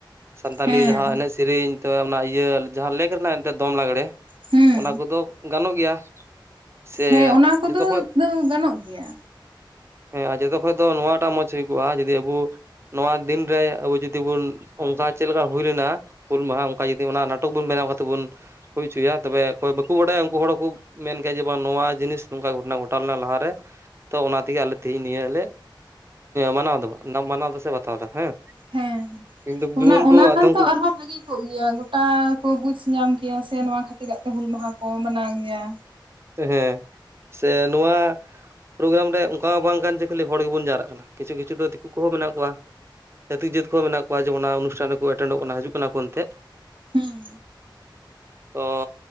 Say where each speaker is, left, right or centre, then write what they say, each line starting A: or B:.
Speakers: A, on the right; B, on the right.
A: ᱥᱟᱱᱛᱟᱞᱤ
B: ᱦᱮᱸ
A: ᱡᱟᱦᱟᱸ ᱮᱱᱮᱡ ᱥᱮᱨᱮᱧ ᱛᱚ ᱚᱱᱟ ᱤᱭᱟᱹ ᱡᱟᱦᱟᱸ ᱞᱮᱠ ᱨᱮᱱᱟᱜ ᱮᱱᱛᱮᱫ ᱫᱚᱝ ᱞᱟᱜᱽᱲᱮ
B: ᱦᱩᱸ
A: ᱚᱱᱟ ᱠᱚᱫᱚ ᱜᱟᱱᱚᱜ ᱜᱮᱭᱟ ᱥᱮ
B: ᱦᱮᱸ ᱚᱱᱟ ᱠᱚᱫᱚ
A: ᱡᱚᱛᱚ ᱠᱷᱚᱡ
B: ᱜᱟᱱᱚᱜ ᱜᱮᱭᱟ
A: ᱦᱮᱸ ᱟᱨ ᱡᱚᱛᱚ ᱠᱷᱚᱡ ᱫᱚ ᱱᱚᱣᱟ ᱴᱟᱜ ᱢᱚᱡᱽ ᱦᱩᱭ ᱠᱚᱜ-ᱟ ᱡᱩᱫᱤ ᱟᱵᱚ ᱱᱚᱣᱟ ᱫᱤᱱ ᱨᱮ ᱟᱵᱚ ᱡᱩᱫᱤ ᱵᱚᱱ ᱚᱝᱠᱟ ᱪᱮᱫ ᱞᱮᱠᱟ ᱦᱩᱭ ᱞᱮᱱᱟ ᱦᱩᱞ ᱢᱟᱦᱟ ᱚᱱᱠᱟ ᱡᱩᱫᱤ ᱚᱱᱟ ᱱᱟᱴᱚᱠ ᱵᱚᱱ ᱵᱮᱱᱟᱣ ᱠᱟᱛᱮ ᱵᱚᱱ ᱪᱚᱭᱟ ᱛᱚᱵᱮ ᱚᱠᱚᱭ ᱵᱟᱠᱚ ᱵᱟᱰᱟᱭᱟ ᱩᱝᱠᱩ ᱦᱚᱲ ᱦᱚᱸᱠᱚ ᱢᱮᱱ ᱠᱮᱭᱟ ᱡᱮ ᱵᱟᱝ ᱱᱚᱣᱟ ᱡᱤᱱᱤᱥ ᱱᱚᱝᱠᱟ ᱜᱷᱚᱴᱚᱱᱟ ᱜᱷᱚᱴᱟᱣ ᱞᱮᱱᱟ ᱞᱟᱦᱟ ᱨᱮ ᱛᱚ ᱚᱱᱟ ᱛᱮᱜᱮ ᱟᱞᱮ ᱛᱤᱦᱤᱧ ᱱᱤᱭᱟᱹ ᱞᱮ ᱢᱟᱱᱟᱣ ᱫᱟᱵᱚᱱ ᱢᱟᱱᱟᱣ ᱫᱟ ᱥᱮ ᱵᱟᱛᱟᱣ ᱫᱟ ᱦᱮᱸ
B: ᱦᱮᱸ
A: ᱠᱤᱱᱛᱩ ᱡᱩᱣᱟᱹᱱ
B: ᱚᱱᱟ ᱚᱱᱟ
A: ᱠᱚ
B: ᱠᱷᱟᱱ
A: ᱟᱫᱚᱢ
B: ᱛᱚ
A: ᱠᱚ
B: ᱟᱨᱦᱚᱸ ᱵᱷᱟᱜᱤ ᱛᱩᱜ ᱜᱮᱭᱟ ᱜᱚᱴᱟ ᱠᱚ ᱵᱩᱡᱽ ᱧᱟᱢ ᱠᱮᱭᱟ ᱥᱮ ᱱᱚᱣᱟ ᱠᱷᱟᱹᱛᱤᱨᱟᱜ ᱛᱮ ᱦᱩᱞ ᱢᱟᱦᱟ ᱠᱚ ᱢᱟᱱᱟᱣ ᱜᱮᱭᱟ
A: ᱦᱮᱸ ᱦᱮᱸ ᱥᱮ ᱱᱚᱣᱟ ᱯᱨᱳᱜᱨᱟᱢ ᱨᱮ ᱚᱝᱠᱟ ᱵᱟᱝ ᱠᱟᱱ ᱡᱮ ᱠᱷᱟᱹᱞᱤ ᱦᱚᱲ ᱜᱮ ᱵᱚᱱ ᱡᱟᱣᱨᱟᱜ ᱠᱟᱱᱟ ᱠᱤᱪᱷᱩ ᱠᱤᱪᱷᱩ ᱫᱚ ᱫᱤᱠᱩ ᱠᱚᱦᱚᱸ ᱢᱮᱱᱟᱜ ᱠᱚᱣᱟ ᱪᱷᱟᱹᱛᱤᱠ ᱡᱟᱹᱛ ᱠᱚᱦᱚᱸ ᱢᱮᱱᱟᱜ ᱠᱚᱣᱟ ᱡᱮ ᱚᱱᱟ ᱚᱱᱩᱥᱴᱷᱟᱱ ᱨᱮᱠᱚ ᱮᱴᱮᱱᱰᱚᱜ ᱠᱟᱱᱟ ᱦᱤᱡᱩᱜ ᱠᱟᱱᱟ ᱠᱚ ᱮᱱᱛᱮ
B: ᱦᱩᱸ
A: ᱛᱚ